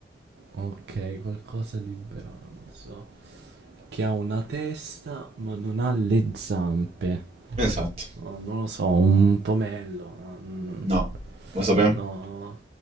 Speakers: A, on the right; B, on the right.
A: ok, qualcosa di bronzo. Che ha una testa ma non ha le zampe.
B: esatto.
A: No, non lo so, un pomello. mm,
B: No, lo sapevo.
A: No.